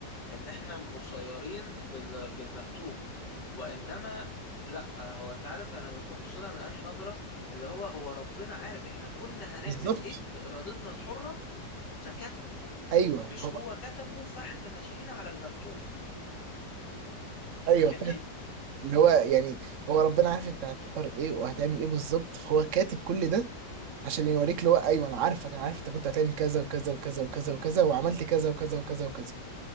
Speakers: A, on the left; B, on the right.
A: ان احنا مسيرين بال- بالمكتوب وانما لا آه، هو انت عارف انا ببص لها من انهي نظرة اللي هو هو ربنا عارف احنا كنا هنعمل
B: بالظبط
A: ايه بارادتنا الحرة فكتبه
B: ايوه
A: مش
B: هو
A: هو كتبه فاحنا ماشيين على المكتوب
B: ايوه
A: فاهمني
B: فاهم اللي هو يعني هو ربنا عارف انت هتختار ايه وهتعمل ايه بالظبط فهو كاتب كل ده عشان يوريك اللي هو ايوه انا عارفك انا عارف انت كنت هتعمل كذا وكذا وكذا وكذا وكذا وعملت كذا وكذا وكذا وكذا